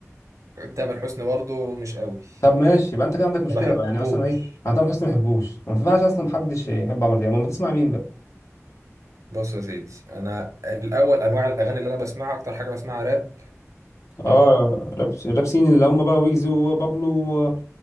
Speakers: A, on the right; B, on the left.
A: تامر حسني برضو مش قوي
B: طب ماشي يبقى انت كده عندك مشكله
A: ما
B: بقى يعني
A: بحبوش
B: مثلا ايه انا تامر حسني ما بحبوش ما ينفعش اصلا محدش يحب عمرو دياب امال بتسمع مين بقى
A: بص يا سيدي انا الاول انواع الاغاني اللي انا بسمعها اكتر حاجه بسمعها راب تمام
B: اه راب رابسين اللي هم بقى ويجز وبابلو و-